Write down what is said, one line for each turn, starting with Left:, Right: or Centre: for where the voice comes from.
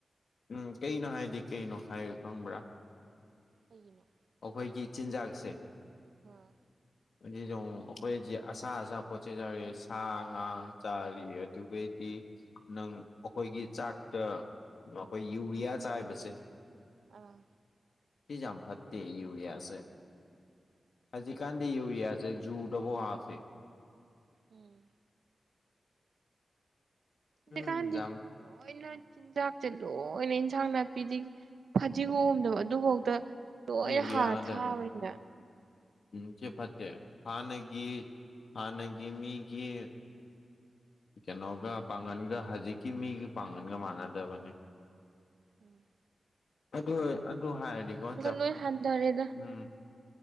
Left: ꯎꯝ ꯀꯩꯅꯣ ꯍꯥꯏꯗꯤ ꯀꯩꯅꯣ ꯍꯥꯏꯌꯨ ꯈꯪꯕ꯭ꯔꯥ
Right: ꯀꯒꯤꯅꯣ
Left: ꯑꯩꯈꯣꯏꯒꯤ ꯆꯤꯟꯖꯥꯛꯁꯦ
Right: ꯑꯝ
Left: ꯑꯗꯨ ꯑꯩꯈꯣꯏꯗꯤ ꯑꯁꯥ ꯑꯁꯥ ꯄꯣꯠ ꯆꯩꯩ ꯌꯥꯎꯔꯤ ꯁꯥ ꯉꯥ ꯆꯥꯔꯤ ꯑꯗꯨꯒꯩꯗꯤ ꯅꯪ ꯑꯩꯈꯣꯏꯒꯤ ꯆꯥꯛꯇ ꯑꯩꯈꯣꯏ ꯌꯨꯔꯤꯌꯥ ꯆꯥꯏꯕꯁꯦ
Right: ꯑꯥ
Left: ꯁꯤꯖꯝ ꯐꯠꯤ ꯌꯎꯔꯤꯌꯥ ꯑꯦ ꯑꯖꯤ ꯀꯥꯟꯗꯤ ꯌꯏ ꯌꯥꯌꯥꯦ ꯖꯨ ꯗꯕꯣ ꯍꯥꯐꯦ
Right: ꯎꯝ ꯍꯧꯖꯤꯀꯥꯟꯗꯤ
Left: ꯎꯝ ꯌꯥꯝ
Right: ꯀꯔꯤꯅꯣ ꯆꯤꯟꯖꯥꯛꯁꯦ ꯂꯣꯏꯅ ꯏꯟꯁꯥꯡ ꯅꯥꯄꯤꯗꯤ ꯐꯗꯤꯒꯣꯝꯗꯕ ꯑꯗꯨꯐꯥꯎꯗ ꯂꯣꯏꯅ
Left: ꯌꯨꯔꯤꯌꯥ
Right: ꯍꯥꯔ
Left: ꯉꯥꯛꯇꯅꯦ
Right: ꯊꯥꯕꯅꯤꯅ
Left: ꯎꯝ ꯏꯆꯦ ꯐꯠꯇꯦ ꯍꯅꯒꯤ ꯍꯅꯒꯤ ꯃꯤꯒꯤ ꯀꯩꯅꯣꯒ ꯄꯥꯡꯒꯟꯒ ꯍꯧꯖꯤꯛꯀꯤ ꯃꯤꯒ ꯄꯥꯡꯒꯟꯒ ꯃꯥꯟꯅꯗꯕꯅꯤ
Right: ꯎꯝ
Left: ꯑꯗꯨ ꯑꯗꯨ ꯍꯥꯏꯔꯗꯤꯀꯣ ꯖ
Right: ꯂꯣꯏ ꯍꯟꯊꯔꯦꯗ
Left: ꯎꯝ